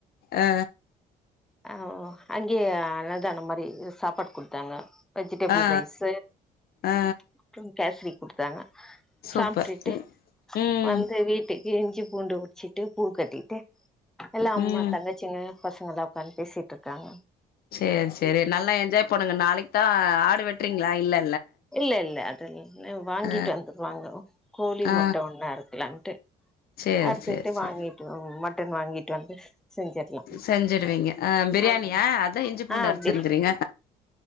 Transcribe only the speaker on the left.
ஆ
ஆ
ஆ
சூப்பர்
ம்
ம்
ம்
சேரி சேரி நல்லா என்ஜாய் பண்ணுங்க நாளைக்கு தான் ஆடு வெட்டுறீங்களா இல்ல
ஆ
ஆ
சேரி
சேரி சேரி
செஞ்சுடுவீங்க ஆஹ பிரியாணியா
அதான் இஞ்சி பூண்டு
அருத்துருக்கறீங்க